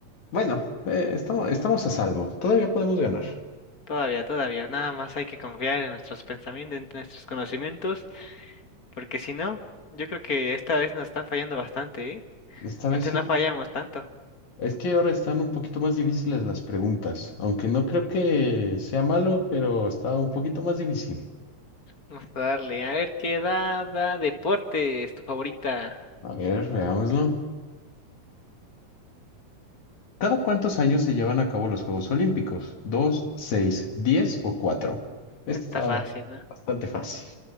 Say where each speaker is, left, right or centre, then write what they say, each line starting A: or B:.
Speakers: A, on the left; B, on the left.
A: Bueno, eh, estamos, estamos a salvo. Todavía podemos ganar.
B: todavía, todavía. Nada más hay que confiar en nuestros pensamientos, en nuestros conocimientos, porque si no, yo creo que esta vez nos están fallando bastante, ¿eh?
A: Esta vez
B: Antes
A: sí.
B: no fallamos tanto.
A: Es que ahora están un poquito más difíciles las preguntas, aunque no creo que sea malo, pero está un poquito más difícil.
B: Vamos a darle, a ver qué da, da deporte es tu favorita.
A: A ver, veámoslo. ¿Cada cuántos años se llevan a cabo los Juegos Olímpicos? ¿Dos, seis, diez o cuatro? Este
B: Está
A: Está
B: fácil, ¿no?
A: bastante fácil.